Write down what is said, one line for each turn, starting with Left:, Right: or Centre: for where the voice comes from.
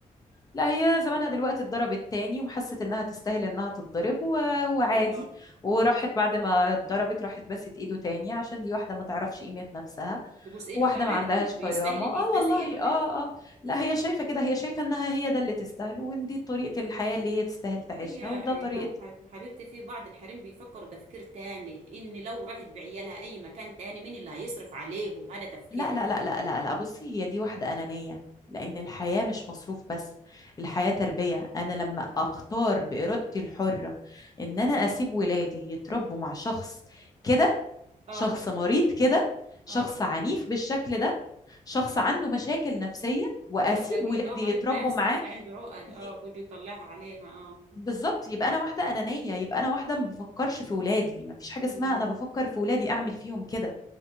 Left: لا هي زمانها دلوقتي اتضربت تاني وحست انها تستاهل انها تتضرب و... وعادي
Right: والله
Left: وراحت بعد ما اتضربت راحت بست ايده تاني عشان دي واحدة ما تعرفش قيمة نفسها
Right: يبوس ايده
Left: واحدة
Right: كمان
Left: ما عندهاش
Right: ويستاهل
Left: كرامة
Right: ان
Left: اه
Right: يتباس
Left: والله
Right: ايده ده
Left: اه اه لا هي شايفة كده هي شايفة انها هي ده اللي تستاهله وان دي طريقة الحياة اللي هي تستاهل تعيشها
Right: هي
Left: وده طريقة
Right: مع ح- حبيبتي في بعض الحريم بيفكر تفكير تاني ان لو راحت بعيالها اي مكان تاني مين اللي هيصرف عليهم هذا تفكيرها
Left: لا لا لا لا لا لا بصي هي دي واحدة أنانية لأن الحياة مش مصروف بس الحياة تربية أنا لما أختار بإرادتي الحرة إن أنا أسيب ولادي يتربوا مع شخص كده
Right: اه
Left: شخص مريض كده شخص
Right: اه
Left: عنيف بالشكل ده شخص عنده مشاكل نفسية وأسيب
Right: هو تلاقيه
Left: ولادي
Right: اه مريض
Left: يتربوا
Right: نفسي
Left: معاه
Right: هذا عنده عقد
Left: ي-
Right: اه بده يطلعها عليها اه
Left: بالظبط يبقى أنا واحدة أنانية يبقى أنا واحدة ما بفكرش في ولادي مفيش حاجة
Right: مم.
Left: اسمها أنا بفكر في ولادي أعمل فيهم كده